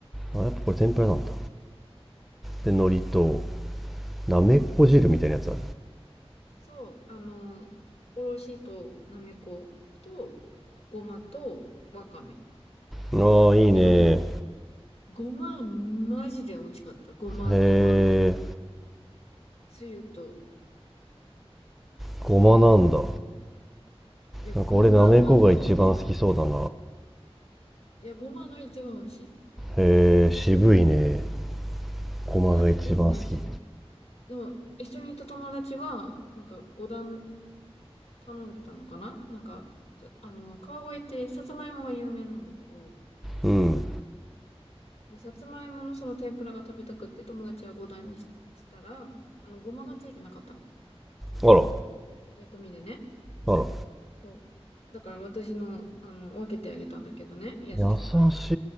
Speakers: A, in the centre; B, on the left.
A: あやっぱこれ天ぷらなんだで海苔と
B: え、
A: なめこ汁みたいなやつあ
B: そう、あの、おろしとなめこと、ごまとわかめ
A: るああいいねへ
B: なんだけど、ごま、マジで美味しかった。ごまと、
A: え
B: あの、つゆと、そば。
A: ごまなんだ
B: いや、ごま本当に美味しかった。
A: なんか俺なめこが一番好きそうだな
B: いや、ごまが一番美味しい。
A: へえ渋いね
B: うん。
A: ごまが一番好きって
B: いや、でもね、それ、でも、一緒にいた友達は、なんか五段頼んでたのかななんか、そあの、川越ってさつまいもが有名なんだけど、
A: うん
B: で、さつまいものその天ぷらが食べたくって友達は五段にししたら、あの、ごまがついてなかったの。
A: あら
B: 薬味でね。
A: あら
B: そう。だから私の、あの、分けてあげたんだけどね。優しいから。
A: 優し